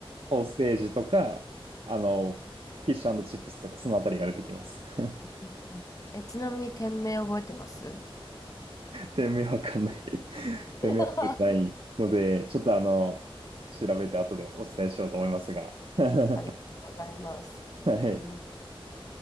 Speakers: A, on the right; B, on the left.
A: ソーセージとか、あの、フィッシュチップスとか、そのあたりが出てきます。<laughs>
B: <laughs> え、ちなみに店名覚えてます
A: 店名わかんない <laughs> 店名は覚えてないので、
B: <laughs>
A: ちょっとあの、調べて後でお伝えしようと思いますが。<laughs>
B: ありがとうございます。
A: はい。
B: うーん。